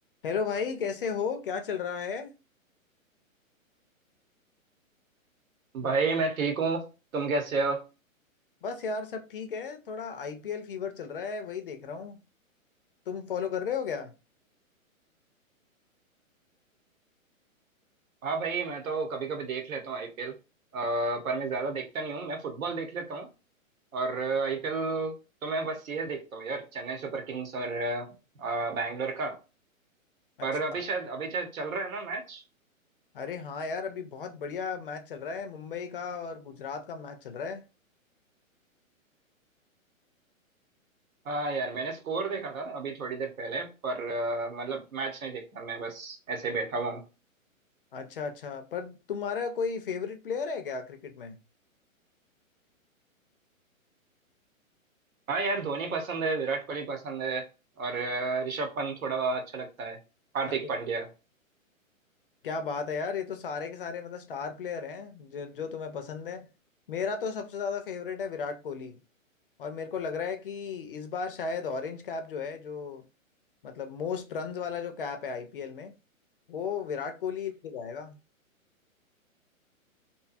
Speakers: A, on the left; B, on the right.
A: Hello भाई कैसे हो क्या चल रहा है
B: भाई मैं ठीक हूँ तुम कैसे हो
A: बस यार सब ठीक है थोड़ा आईपीएल फीवर चल रहा है वही देख रहा हूँ तुम फॉलो कर रहे हो क्या
B: हाँ भाई मैं तो कभी कभी देख लेता हूँ आईपीएल पर मैं ज्यादा देखता नहीं हूँ मैं फुटबॉल देख लेता हूँ और आईपीएल तो मैं बस ये देखता हूँ यार चेन्नई सुपर किंग्स और अ, बैंगलोर का
A: अच्छा
B: पर अभी शायद अभी शायद चल रहा है ना मैच
A: अरे हाँ यार अभी बहुत बढ़िया मैच चल रहा है मुंबई का और गुजरात का मैच चल रहा है
B: हाँ यार मैंने स्कोर देखा था अभी थोड़ी देर पहले पर अ, मतलब मैच नहीं देखता मैं बस ऐसे ही बैठा हुआ हूँ
A: अच्छा अच्छा पर तुम्हारा कोई फेवरेट प्लेयर है क्या क्रिकेट में
B: हाँ यार धोनी पसंद है विराट कोहली पसंद है और अ, ऋषभ पंत थोड़ा अच्छा लगता है हार्दिक
A: अरे
B: पांड्या
A: क्या बात है यार ये तो सारे के सारे मतलब स्टार प्लेयर हैं जो जो तुम्हें पसंद है मेरा तो सबसे ज्यादा फेवरेट है विराट कोहली और मेरे को लग रहा है कि इस बार शायद ऑरेंज कैप जो है जो मतलब मोस्ट रन्स वाला जो कैप है आईपीएल में वो विराट कोहली लगाएगा